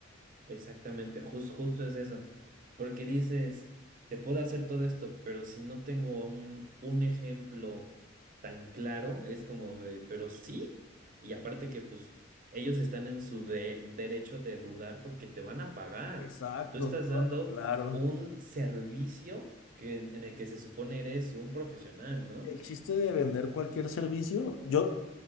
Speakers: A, on the right; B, on the left.
A: Exactamente, jus- justo es eso. Porque dices, te puedo hacer todo esto, pero si no tengo un, un ejemplo tan claro, es como de, pero sí. Y aparte que pues ellos están en su de- derecho de dudar porque te van a pagar.
B: Exacto,
A: Tú estás dando
B: <laughs> claro.
A: un servicio que, en el que se supone eres un profesional, ¿no?
B: El chiste de vender cualquier servicio, yo,